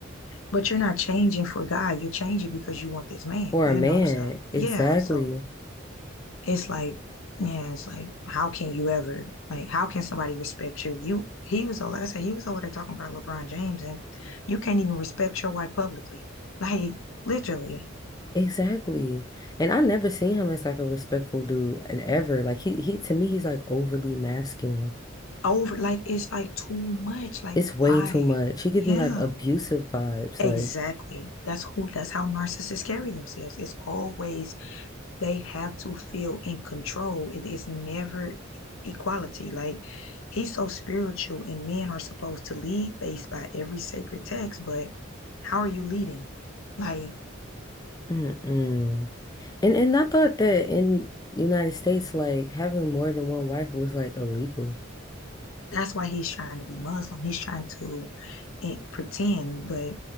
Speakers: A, on the left; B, on the left.
A: but you're not changing for God. You're changing because you want this man,
B: For
A: you
B: a man,
A: know? So,
B: exactly.
A: yeah. So it's like, yeah, it's like, how can you ever, like, how can somebody respect you? You, he was, like I said, he was over there talking about LeBron James, and you can't even respect your wife publicly. Like, literally,
B: Exactly. And I never seen him as like a respectful dude and ever. Like he he to me he's like overly masculine.
A: over, like, it's like too much. Like,
B: It's way
A: why?
B: too much. He give
A: Yeah,
B: me like abusive vibes.
A: exactly.
B: Like,
A: That's who, that's how narcissists carry themselves. It's always they have to feel in control. It is never equality. Like he's so spiritual, and men are supposed to lead based by every sacred text, but how are you leading? Like
B: mm-mm. And and I thought that in the United States, like having more than one wife was like illegal.
A: that's why he's trying to be Muslim. He's trying to eh, pretend, but